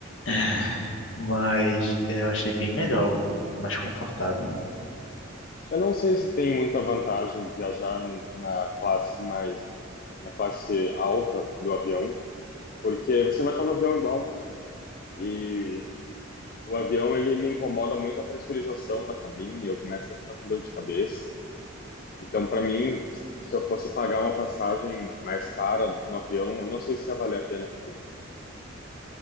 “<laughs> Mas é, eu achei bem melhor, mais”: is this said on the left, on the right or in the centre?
Left